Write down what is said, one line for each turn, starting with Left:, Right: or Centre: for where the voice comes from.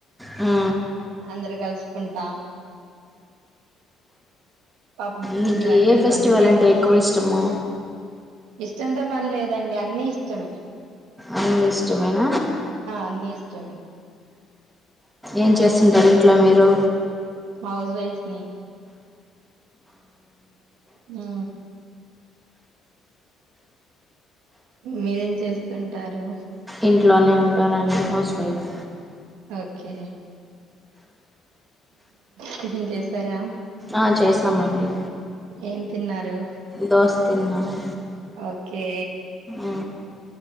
Centre: ము
Right: అందరు కలుసుకుంటాం పాప పిండి
Centre: నీకు
Right: వంటలు
Centre: ఏ ఫెస్టివల్
Right: అన్నీ చేసుకుంట
Centre: అంటే ఎక్కువ ఇష్టము
Right: ఇష్టంతో పని లేదండి అన్నీ ఇష్టం
Centre: అన్ని ఇష్టమేన
Right: అన్ని ఇష్టమే
Centre: ఏం
Right: ఉమ్
Centre: చేస్తుంటారు ఇంట్లో మీరు
Right: హౌస్ వైఫ్ ని ఆ మీరేం చేస్తుంటారు
Centre: ఇంట్లోనే ఉంటానండి హౌస్ వైఫ్
Right: ఓకే టిఫిన్ చేసారా
Centre: ఆ చేసామండి
Right: ఏం తిన్నారు
Centre: దోస తిన్నాము
Right: ఓకే
Centre: ఆ